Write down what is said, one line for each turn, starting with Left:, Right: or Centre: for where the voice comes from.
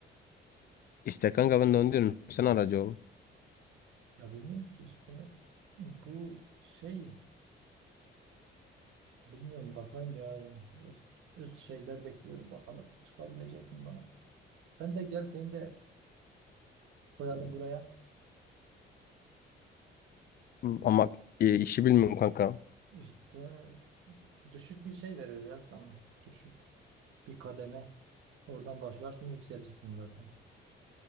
Left: İşte kanka ben de onu diyorum. Sen aracı ol.
Right: Ya bilmiyorum ki işte. Bu şey bilmiyorum bakayım ya. Üst, üst şeyler bekliyorum bakalım. Çıkabilecek mi bana? Sen de gel seni de koyalım buraya.
Left: Ama e, işi bilmiyorum kanka.
Right: İşte düşük bir şey verirler sana. Düşük bir kademe. Oradan başlarsın yükselirsin zaten.